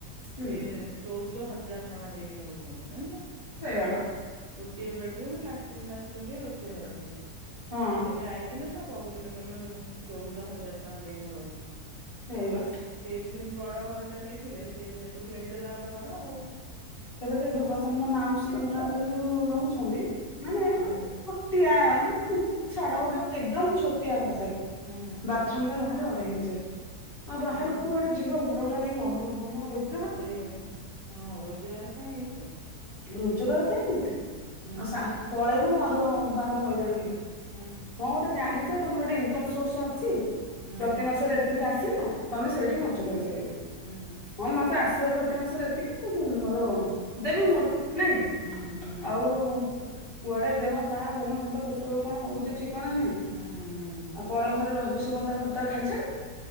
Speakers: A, on the left (about 30°); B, on the right (about 65°).
A: ହୁଁ
B: ସିଏ ଚଉଦ ହଜାର ଟଙ୍କା ଦେଇକି ରହୁଛନ୍ତି ଜାଣିଛ।
A: ସେଆବା।
B: ଗୋଟିଏ ବେଡରୁମ୍ ଲାଟ୍ରନ୍ ବାଥରୁମଏ ରୋଷେଇ ଘରଟିଏ
A: ହଁ
B: ଏବେ ଆଇ ଥିଲେ ତ କହୁଥିଲେ କହିଲେ ଚଉଦ ହଜାର ଟଙ୍କା ଦେଇକି ମୁଁ ରହୁଛି।
A: ରଇବା।
B: ସିଏ ବି ସେମିତି ବଡ ଘରଟେ ନେଇଥିଲେ ସେି ସେଠୁ କିଣିଦେଲା ଗୋଟେ ଘର ଆଉ
A: ସେବେ ସେ ଘର ସାମ୍ନ ମାଉସୀ ଘର ଆଗରେ ଯୋଉ ରହୁଛନ୍ତି ମାନେ
B: ହୁଁ
A: ଗୋଟେ ଛୋଟିଆ ମାନେ ଛାଡ ଗୋଟେ ଏକଦମ ଛୋଟିଆ ଘରଟେ
B: ହୁଁ ହୁଁ
A: ବାଥରୁମ ଟା ବା ଅଢେଇ ହଜାର ଆଉ ବାହାର
B: ହୁଁ
A: କୁଆଡେ ଯିବ ଘର ଭୁଡା ନେଇକି ରହିବ କଣ ରୋ
B: ସେଆପା ହଁ ରୋଜଗାର କାଇଁ ଏତେ।
A: ରୋଜଗାର କାହିଁକି ଏତେ
B: ହୁଁ
A: ଆଉ ସା ପଳେଇବ ମରିବ ବାହାରେ ହଇରାଣ ହେଇବକି।
B: ହୁଁ
A: ହଁ ଗୋଟେ ଜାଣିଚ ତମର ଗୋଟେ ଇନକମ ସୋର୍ସ ଅଛି
B: ହୁଁ
A: ପ୍ରତି
B: ହୁଁ
A: ମାସରେ ଏତିକି ଆସିଲା। ତମେ ସେଇଠି ଖର୍ଚ୍ଚ
B: ହୁଁ
A: କରିପାରିବ
B: ହୁଁ
A: ହଁ ମତେ ଆସିବ ପ୍ରତି ମାସରେ ଏ ମୋର
B: ହୁଁ
A: ଦେବି ମୋର ନାଇଁ କି
B: ହୁଁ ହୁଁ
A: ଆଉ କୁ କୁଆଡେ ଦେହ ପା ଭଲ ମନ୍ଦ କେତେବେଳଳେ କଣ ହଉଚି ଠିକଣା ନାହିଁ।
B: ହୁଁ ହୁଁ।
A: ଆଉ ପର ଘର ରହିବୁ ସିଏ କଣ ତା ଘର ଟା ଖାଲି ଛାଡିବ।